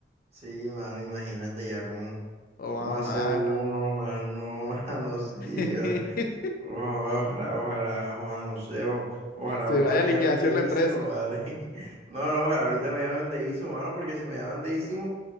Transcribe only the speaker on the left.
O
a
mano.
<laughs>
Se vaya
a liquidación
la empresa.